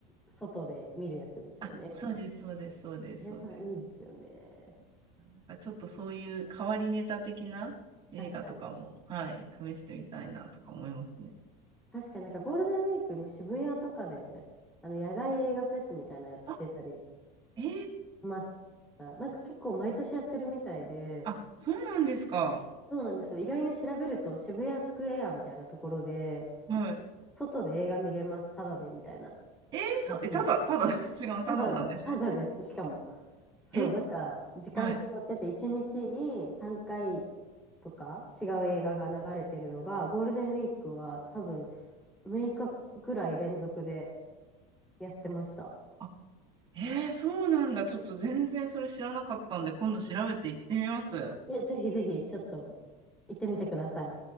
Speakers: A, in the centre; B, on the right (about 25°).
A: 外で見るやつですよね。
B: あ、そうです、そうです、そうです、
A: あれた、
B: そうです。
A: いいですよね。
B: なんかちょっとそういう変わりネタ的な映画とかも、
A: 確かに。
B: はい、試してみたいなとか思いますね。
A: 確かになんかゴールデンウィークに渋谷とかで、あの、野外映画フェスみたいなのやってたりし
B: あ、えー、
A: ました。なんか結構毎年やってるみたいで、
B: あ、そうなんですか。
A: そうなんですよ。意外に調べると渋谷スクエアみたいなところで、
B: はい。
A: 外で映画見れます、ただでみたいな
B: えー、そう、
A: やつ。
B: え、ただ、ただ、<laughs> 違う、ただなんですね。
A: ただ、ただです、しかも。そう、
B: え、
A: なんか時間決まってて、
B: はい。
A: 1日に3回とか違う映画が流れてるのが、ゴールデンウィークは多分6日ぐらい連続でやってました。
B: あ、えー、そうなんだ。ちょっと全然それ知らなかったんで、今度調べて行ってみます。
A: え、ぜひぜひ、ちょっと、行ってみてください。